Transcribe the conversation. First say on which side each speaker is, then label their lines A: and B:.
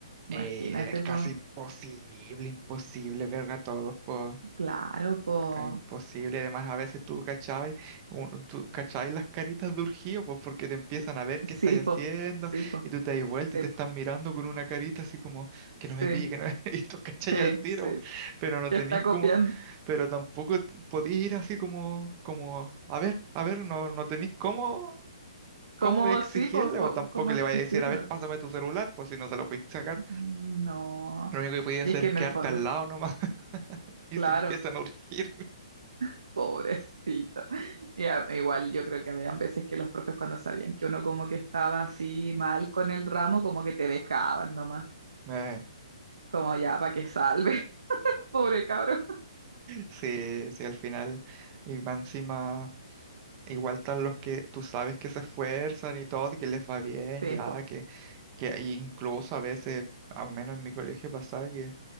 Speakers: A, on the right; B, on the right.
A: eh,
B: imagínate,
A: es
B: po.
A: casi imposible, imposible ver a todos, po.
B: Claro, po.
A: Era imposible, además a veces tú cachabas, un- tú cachabas las caritas de urgido, pues porque te empiezan a ver qué
B: Sí,
A: estás haciendo
B: po. Sí, po.
A: y tú te das vuelta
B: Sí,
A: y te
B: po.
A: están mirando con una carita así como que no me
B: Sí,
A: pille, que no me... <laughs> y tú cachabas
B: sí,
A: al tiro,
B: sí.
A: pero no
B: Que
A: tenís
B: está copiando.
A: como, pero tampoco t- podís ir así como, como, a ver, a ver, no, no tenís cómo,
B: ¿Cómo
A: cómo de exigirle,
B: sí, po? co-
A: o tampoco
B: ¿Cómo,
A: le
B: exigirlo?
A: vayas a decir, a ver, pásame tu celular, pues si no se lo podís sacar.
B: Mm, No.
A: Lo único que podías
B: Y
A: hacer
B: es que
A: es
B: en
A: quedarte
B: el fondo,
A: al lado nomás <laughs> y
B: claro.
A: se empiezan a urgir.
B: <laughs> Pobrecito. Y a- igual yo creo que habían veces que los profes cuando sabían que uno como que estaba así mal con el ramo, como que te dejaban nomás,
A: <laughs>
B: como ya para que salve, <laughs> pobre cabro.
A: Sí, sí, al final, y más encima, igual están los que tú sabes que se esfuerzan y todo, que les va bien,
B: Sí,
A: ya,
B: po.
A: que, que incluso a veces, al menos en mi colegio pasaba, que,